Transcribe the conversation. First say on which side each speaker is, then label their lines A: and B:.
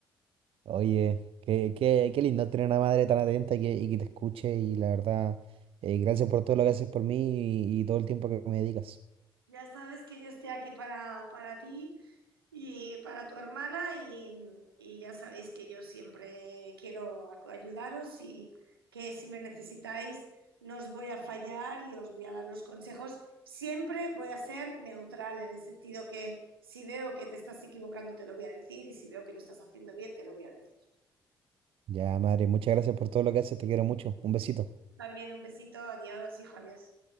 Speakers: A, on the right; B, on the right.
A: Oye, qué, qué, qué lindo tener una madre tan atenta y que, y que te escuche y la verdad, eh, gracias por todo lo que haces por mí y, y todo el tiempo que me dedicas.
B: Ya sabes que yo estoy aquí para, para ti y para tu hermana y, y ya sabéis que yo siempre quiero ac- ayudaros y que si me necesitáis no os voy a fallar y os voy a dar los consejos. Siempre voy a ser neutral en el sentido que si veo que te estás equivocando te lo voy a decir y si veo que lo estás haciendo bien te lo voy a decir.
A: Ya, madre, muchas gracias por todo lo que haces, te quiero mucho. Un besito.
B: También un besito, adiós, hijo, adiós.